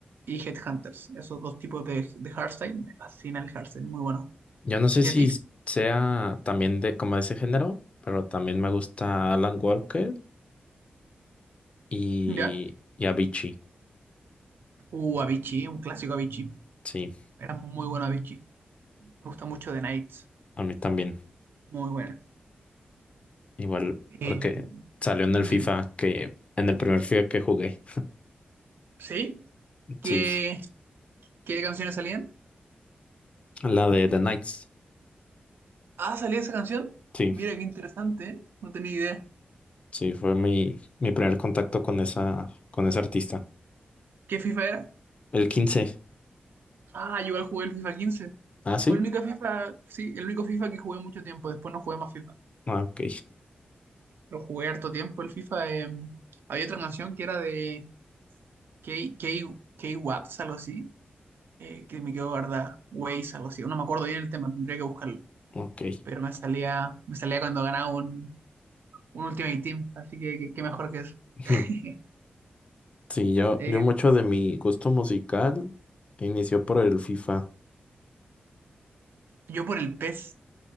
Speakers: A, on the right; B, on the left.
A: y Headhunters, esos dos tipos de, de hardstyle, me fascina el hardstyle, muy bueno.
B: Yo no sé
A: ¿Y
B: si
A: a ti?
B: sea también de como de ese género, pero también me gusta Alan Walker y,
A: ¿Ya?
B: y Avicii.
A: Uh, Avicii, un clásico Avicii,
B: Sí,
A: era muy bueno Avicii, me gusta mucho The Nights,
B: a mí también.
A: muy bueno.
B: Igual,
A: Eh,
B: porque salió en
A: di-
B: el FIFA que, en el primer FIFA que jugué.
A: ¿sí? ¿Qué,
B: Sí,
A: qué canciones salían?
B: la de The Knights.
A: Ah, salía esa canción,
B: Sí.
A: mira qué interesante, ¿eh? No tenía idea.
B: Sí, fue mi, mi primer contacto con esa, con ese artista.
A: ¿Qué FIFA era?
B: El 15.
A: Ah, yo igual jugué el FIFA quince
B: ¿Ah, sí?
A: Fue el único FIFA, sí, el único FIFA que jugué mucho tiempo, después no jugué más FIFA.
B: Ah, ok,
A: Lo jugué harto tiempo el FIFA. eh, había otra canción que era de K, K, K-Watts, algo así, eh, que me quedó guardada. Waze, algo así. No me acuerdo bien el tema, tendría que buscarlo.
B: <laughs> ok.
A: Pero me salía, me salía cuando ganaba un, un Ultimate Team, así que que- qué mejor que eso.
B: Ujú.
A: <laughs>
B: Sí, yo,
A: Eh,
B: yo mucho de mi gusto musical inició por el FIFA.
A: yo por el PES.